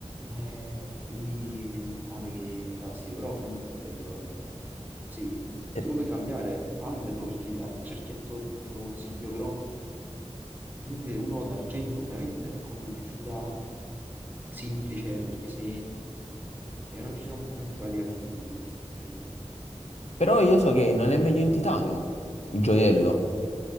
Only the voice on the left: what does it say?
Eh,
Però io so che non è meglio in titanio il gioiello.